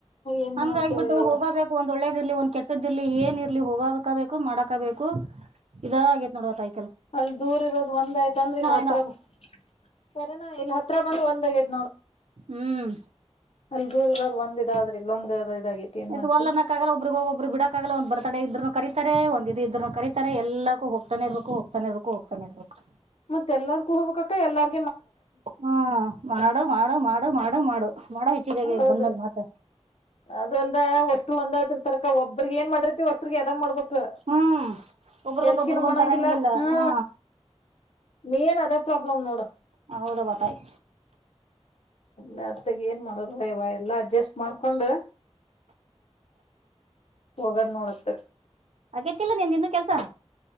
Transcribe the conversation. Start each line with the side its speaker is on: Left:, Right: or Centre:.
Left: ಏನ್
Right: ಹಂಗಾಗಿಬಿಟ್ಟು
Left: ಮಾಡತ್ಯ ಯಾವ್ವ
Right: ಹೋಗಬೇಕು ಒಂದ್ ಒಳ್ಳೇದ ಇರ್ಲಿ ಒಂದ್ ಕೆಟ್ಟದ್ ಇರ್ಲಿ ಏನ್ ಇರ್ಲಿ ಹೋಗಕಬೇಕು ಮಾಡಕ ಬೇಕು ಇದ ಆಗೇ ನೋಡುವ <unintelligible>
Left: ಅಲ್ಲಿ ದೂರ್ ಇರೋದು ಒಂದ್ ಆಯ್ತ ಅಂದ್ರೆ ಇಲ್ ಹತ್ರ
Right: ಏನೋ
Left: ಬ ಸರನಾ ಇಲ್ಲಿ ಹತ್ರ ಬಂದ್ ಒಂದ ಅಗಯ್ತ್
Right: ಹ್ಮ್
Left: ಅಲ್ಲಿ ದೂರ ಇರೋದ್ ಒಂದ ಇದ ಆದ್ರ ಇಲ್ಲ ಒಂದ್ ಇದಾಗೈತಿ ಏನ್
Right: ಆಯ್
Left: ಮಾಡ್ತಿ
Right: ವಲ್ಲ್ಲನಕ್ಕಾಗಲ್ಲ ಒಬರಿಗೆ ಹೋಗ ಒಬ್ರು ಬಿಡಕ್ಕ ಆಾಗ ಒಂದ ಬರ್ ತಡೆ ಇದ್ರರುನು ಕರಿತಾರೆ ಒಂದ ಇದು ಇದ್ರನ್ನು ಕರಿತಾರೆ ಎಲ್ಲಕ್ಕೂ ಹೋಗ್ತಾನೆ ಇರ್ಬೇಕು ಹೋಗ್ತಾನೆ ಇರ್ಬೇಕು ಹೋಗ್ತಾನೆ ಇರ್ಬೇಕು.
Left: ಮತ್ತ ಎಲ್ಲಾರ್ಕ್ಕೂ ಹೋಗ್ಬೇಕಕ್ಕ ಎಲ್ಲಾರ್
Right: ಹಾ ಮಾಡು ಮಾಡು ಮಾಡು ಮಾಡು ಮಾಡು ಮಾಡೋ ಹೆಚ್ಚಿಗಾಗಿ
Left: ಹೌದು
Right: ಇಲ್ ಬಂದ್ಮೇಲ್ ಮಾತ
Left: ಅದಲ್ದೆ ಒ ಒಂದಾದ್ರ ತರಕ ಒಬ್ರಗ್ ಏನ್ ಮಾಡಿರ್ತಿ ಒಟ್ಟ್ರಿಗೆ ಅದ್ ಮಾಡ್ಬೇಕ
Right: ಹ್ಮ್ ಒಬ್ರಗೊಂದ್
Left: ಹೆಚ್ಚಿಗಿನು
Right: ಒಬ್ರಗೊಂದ್
Left: ಮಾಡಂಗಿಲ್ಲ
Right: ತರಂಗಿಲ್ಲ
Left: ಹ್ಮ
Right: ಹಾ
Left: ಮೇನ್ ಅದೇ ಪ್ರಾಬ್ಲಮ್ ನೋಡ
Right: ಹೌದವ ತಾಯಿ
Left: ನತ್ತಗ ಏನ್ ಮಾಡದ್ವ ಇವ ಎಲ್ಲಾ ಅಡ್ಜಸ್ಟ್ ಮಾಡ್ಕೊಂಡು ಹೋಗದ್ ನೋಡತ್ತ
Right: ಅಗೇತ್ತಿಲ್ಲ ನೀನ್ ಇನ್ನೂ ಕೆಲ್ಸ